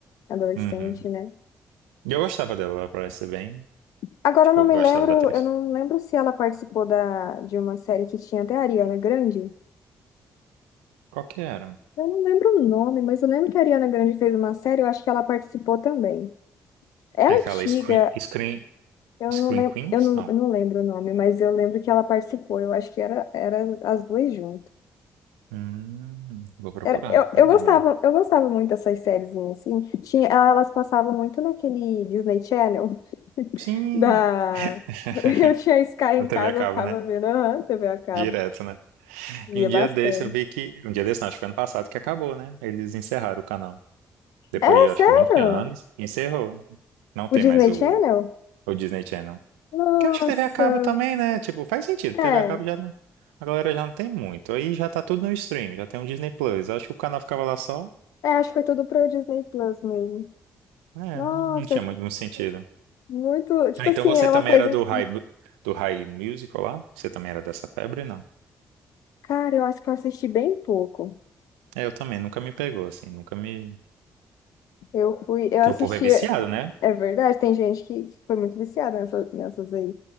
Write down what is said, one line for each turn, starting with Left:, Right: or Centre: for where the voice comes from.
Left: Adolescente,
Right: Uhum.
Left: né?
Right: E eu gostava dela, ela parece bem.
Left: Agora
Right: Tipo,
Left: eu não
Right: eu
Left: me
Right: gostava
Left: lembro,
Right: da atriz.
Left: eu não lembro se ela participou da, de uma série que tinha até a Ariana Grande.
Right: Qual que era?
Left: Eu não lembro o nome, mas eu lembro que a Ariana Grande fez uma série, eu acho que ela participou também. É
Right: É
Left: antiga,
Right: aquela Screen, Screen,
Left: eu
Right: Screen
Left: não lembro,
Right: Queens?
Left: eu não,
Right: Não.
Left: eu não lembro o nome, mas eu lembro que ela participou. Eu acho que era, era as duas juntas.
Right: Hum, vou procurar,
Left: Era- eu,
Right: não
Left: eu
Right: lembro.
Left: gostava, eu gostava muito dessas séries assim. Tinha, elas passavam muito naquele Disney Channel
Right: Sim!
Left: da.
Right: <laughs>
Left: <laughs> Eu tinha Sky em
Right: Na TV
Left: casa,
Right: a cabo,
Left: eu ficava
Right: né?
Left: vendo, aham, TV a cabo.
Right: Direto, né?
Left: Via
Right: E um dia
Left: bastante.
Right: desse eu vi que. Um dia desse, não, acho que foi ano passado que acabou, né? Eles encerraram o canal. Depois
Left: É,
Right: de acho
Left: sério?
Right: que 20 anos, encerrou. Não tem
Left: O Disney
Right: mais o,
Left: Channel?
Right: o Disney Channel.
Left: Nossa.
Right: Que eu acho que TV a cabo também, né? Tipo, faz sentido.
Left: É.
Right: TV a cabo já não. A galera já não tem muito. Aí já tá tudo no stream, já tem um Disney Plus. Eu acho que o canal ficava lá só.
Left: É, acho que foi tudo para o Disney Plus mesmo.
Right: É,
Left: Nossa,
Right: não, não tinha muito muito sentido.
Left: muito. Tipo
Right: Ah, então
Left: assim,
Right: você
Left: é
Right: também
Left: uma coisa
Right: era do
Left: que.
Right: High, Mu- do High Musical lá? Você também era dessa febre, não?
Left: Cara, eu acho que eu assisti bem pouco.
Right: É, eu também, nunca me pegou, assim, nunca me.
Left: Eu fui. Eu
Right: Porque
Left: assisti.
Right: o povo é viciado, né?
Left: É verdade, tem gente que que foi muito viciada nessa- nessas aí.